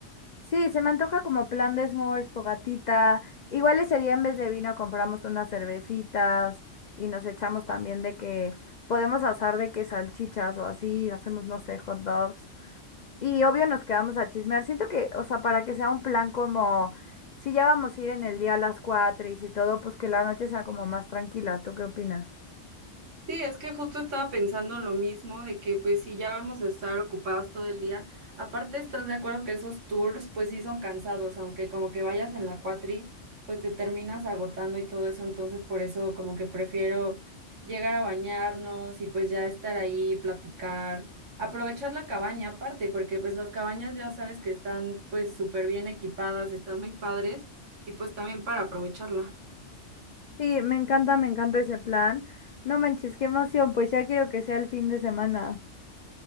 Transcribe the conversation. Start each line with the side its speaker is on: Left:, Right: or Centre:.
Left: Sí, se me antoja como plan de s'mores, fogatita. Igual ese día en vez de vino compramos unas cervecitas y nos echamos también de que podemos asar de que salchichas o así, hacemos, no sé, hot dogs. Y obvio nos quedamos a chismear. Siento que, o sea, para que sea un plan como, si ya vamos a ir en el día a las cuatro y si todo, pues que la noche sea como más tranquila. ¿Tú qué opinas?
Right: Sí, es que justo estaba pensando lo mismo, de que pues si ya vamos a estar ocupados todo el día, aparte estás de acuerdo que esos tours pues sí son cansados, aunque como que vayas en la cuatri, pues te terminas agotando y todo eso, entonces por eso como que prefiero llegar a bañarnos y pues ya estar ahí, platicar, aprovechar la cabaña aparte, porque pues las cabañas ya sabes que están pues súper bien equipadas, están muy padres y pues también para aprovecharla.
Left: Sí, me encanta, me encanta ese plan. No manches, qué emoción, pues ya quiero que sea el fin de semana.